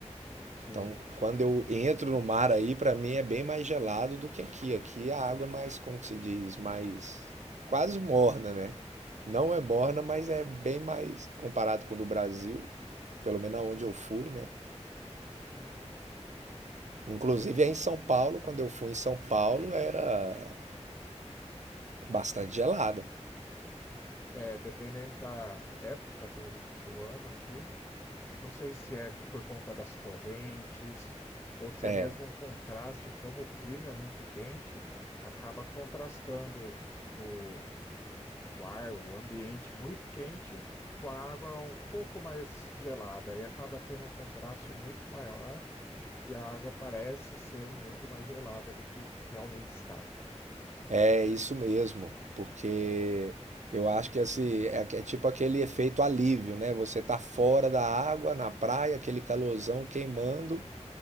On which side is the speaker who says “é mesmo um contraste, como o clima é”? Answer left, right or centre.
Left